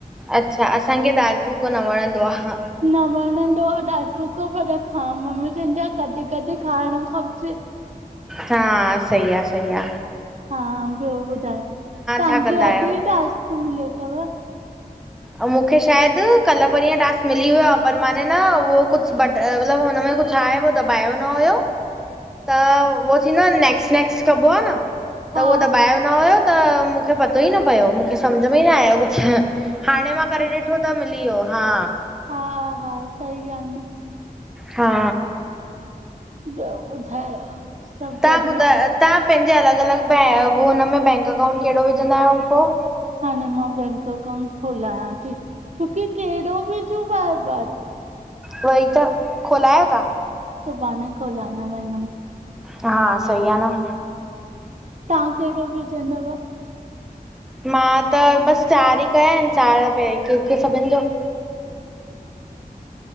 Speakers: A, in the centre; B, on the right.
A: अच्छा, असांखे दालि फुल्को न वणंदो आ। हा
B: न वणंदो आ दाल फुलको पर खा मम्मी चवंदी आह कॾहिं कॾहिं खाइणु खपजे।
A: हा, सई आ, सई आ।
B: हा ॿियो ॿुधाए, तव्हांखे
A: छा कंदा
B: अ्ज
A: आहियो
B: ई टास्क मिलियो तव?
A: ऐं मूंखे शायदि कल्ह परींहं टास्क मिली वियो आ, पर माना न उहो कुछु बट मतलबु हुनमें कुछु आहे उहो दॿायो न हुयो।
B: <inaudible>
A: त उहो थींदो आहे न नेक्स्ट नेक्स्ट कबो आ न,
B: हा
A: त उहो दॿायो न हुयो न। त मूंखे पतो ई न पियो, मूंखे सम्झ में ई न आयो कुझु, हाणे मां करे
B: अच्छा
A: ॾिठो त मिली वयो। हा
B: हा, हा सही आ न।
A: हा
B: ॿियो ॿुधायो? सभु
A: तव्हां
B: बढ़िया?
A: ॿुधा तव्हां पंहिंजे अलॻि अलॻि बै हुनमे बैंक अकाउंट कहिड़ो विझंदा आहियो पो?
B: हाणे मां बैंक अकाउंट खोलायां थी छोकी कहिड़ो विजु बार बार
A: उवई त, खोलायो ता?
B: सुभाणे खोलाण वेंदम।
A: हा, सई आ न।
B: तां कहिड़ो विझंदव?
A: मां त बसि चारि ई कया आहिनि, चारि ते हिक-हिक सभिनि जो।